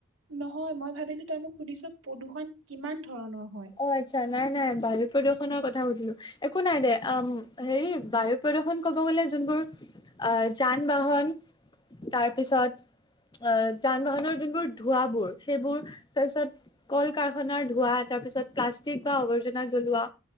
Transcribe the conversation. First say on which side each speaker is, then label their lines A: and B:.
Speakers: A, on the right; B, on the left.
A: নহয় মই ভাবিলোঁ তই মোক সুধিছোঁ প্ৰদূষণ কিমান ধৰণৰ হয়।
B: অ' আচ্ছা নাই, নাই বায়ু প্ৰদূষণৰ কথা সুধিলোঁ। একো নাই দে হেৰি বায়ু প্ৰদূষণ ক'ব গ'লে যোনবোৰ। আহ যান-বাহন তাৰপিছত। অ' যান-বাহনৰ যোনবোৰ ধোঁৱাবোৰ সেইবোৰ তাৰপিছত। কল কাৰখানাৰ ধোঁৱা তাৰ পিছত প্লাষ্টিক বা আৱৰ্জনা জ্বলোৱা।